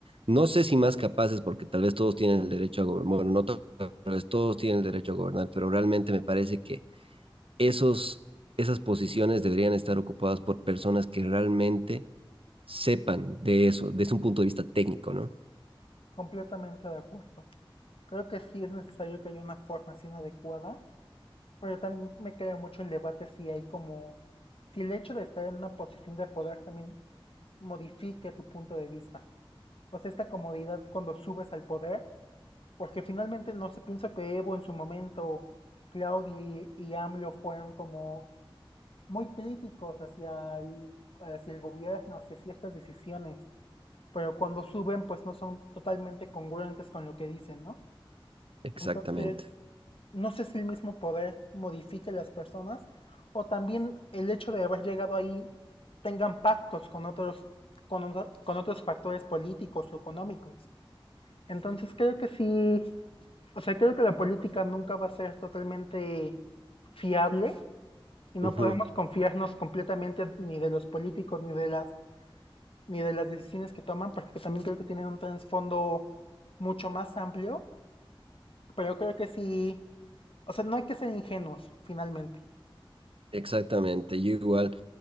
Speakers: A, on the right (about 75°); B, on the left (about 75°).
A: No sé si más capaces, porque tal vez todos tienen el derecho a gobernar, bueno, no to- tal vez todos tienen el derecho a gobernar, pero realmente me parece que esos, esas posiciones deberían estar ocupadas por personas que realmente sepan de eso, desde un punto de vista técnico, ¿no?
B: Completamente de acuerdo. Creo que sí es necesario que haya una formación adecuada, pero también me queda mucho el debate si hay como, si el hecho de estar en una posición de poder también modifique tu punto de vista. O sea, esta comodidad cuando subes al poder, porque finalmente no sé, pienso que Evo en su momento, Claudio y AMLO fueron como muy críticos hacia el, hacia el gobierno, hacia ciertas decisiones, pero cuando suben pues no son totalmente congruentes con lo que dicen, ¿no?
A: Exactamente.
B: Entonces, no sé si el mismo poder modifique las personas o también el hecho de haber llegado ahí tengan pactos con otros, con, otro- con otros factores políticos o económicos. Entonces, creo que sí, o sea, creo que la política nunca va a ser totalmente fiable y no
A: Ujú.
B: podemos confiarnos completamente ni de los políticos ni de las ni de las decisiones que toman, porque también creo que tienen un trasfondo mucho más amplio, pero creo que sí o sea, no hay que ser ingenuos, finalmente.
A: Exactamente, yo igual.